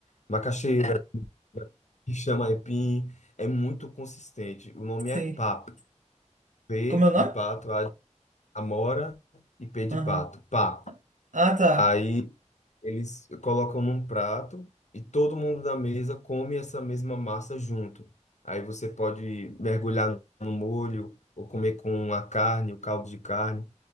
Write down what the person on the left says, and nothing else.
Macaxeira, que chama aipim, é muito consistente. O nome é
pap. P
de pato, A de amora e P de
pato. Pap.
Aí. Eles colocam num prato e todo mundo da mesa come essa mesma massa junto. Aí você pode mergulhar no molho ou comer com a carne, o caldo de carne.